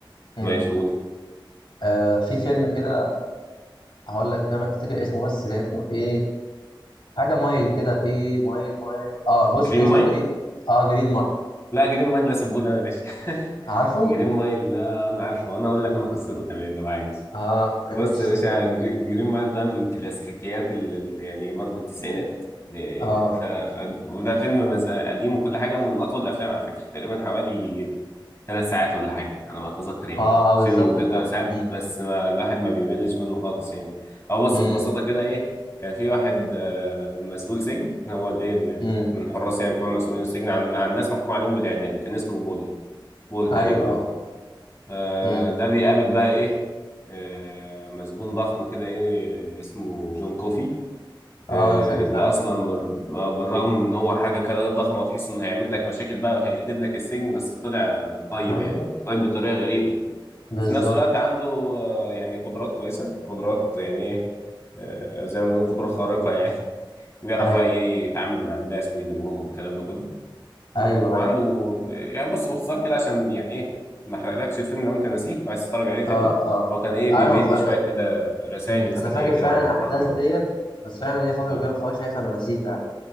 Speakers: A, on the left (about 70°); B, on the left (about 35°).
A: مم.
B: ماشي قول
A: آه في فيلم كده هقول لك كمان افتكر اسمه بس كان اسمه ايه حاجه مايل كده ايه مايل مايل اه بص
B: جرين
A: كان
B: مايل
A: اسمه جرين اه جرين مايل
B: لا جرين مايل لا سيبهولي انا يا باشا <laughs>
A: عارفه
B: جرين مايل ده انا عارفه انا اقول لك انا قصته كمان لو عايز
A: اه ماشي
B: بص يا باشا جري- جرين مايل ده من كلاسيكيات ال... ال- يعني برضه التسعينات يعني
A: اه
B: ف... ف... وده فيلم مز... قديم وكل حاجه ومن اطول الافلام على فكره تقريبا حوالي ثلاث ساعات ولا حاجة على ما أتذكر يعني
A: اه اه بالظبط
B: فيلم مدته
A: فعلا
B: ثلاث ساعات
A: امم
B: بس ما الواحد ما بيملش منه خالص يعني أو بص
A: امم
B: ببساطة كده إيه كان في واحد آه، مسؤول سجن هو اللي اللي-
A: امم
B: من الحراس يعني بتوع مسؤولين السجن عن عن ناس محكوم عليهم بالإعدام كان اسمه بول بول تقريبا
A: ايوه
B: أه
A: ايوه
B: آه،
A: امم
B: ده بيقابل بقى إيه آه، مسجون ضخم كده إيه اسمه جون كوفي
A: اه
B: إيه،
A: انا فاكر
B: اللي
A: فعلا
B: اصلا
A: كانت
B: مر-
A: حد
B: بالرغم من ان هو حاجه كده ضخمه وتحس انه هيعمل لك مشاكل بقى وهيقلب لك السجن بس طلع آه، طيب
A: ايوه
B: يعني طيب بطريقه غريبه
A: بالظبط
B: وفي نفس الوقت عنده آه، يعني قدرات كويسه قدرات يعني ايه آه، زي ما بنقول قدرات خارقه يعني <laughs> بيعرف
A: ايوه
B: بقى إيه
A: ايوه
B: يتعامل مع الناس ويلمهم والكلام ده كله و-
A: ايوه
B: وعنده
A: ايوه
B: يعني بص باختصار كده عشان يعني ايه ما احرقلكش الفيلم لو انت ناسيه وعايز تتفرج عليه تاني
A: اه اه
B: هو كان ايه
A: آه.
B: بي-
A: ايوه
B: بيدي
A: ف- انا
B: شويه كده رسائل
A: امم
B: انسانيه
A: انا فاكر
B: كده
A: فعلا
B: وعن
A: الاحداث
B: الرحمه
A: ديت
B: و...
A: بس فعلا ليا فتره
B: اه
A: كبيره ما اتفرجش شايفها انا نسيه فعلا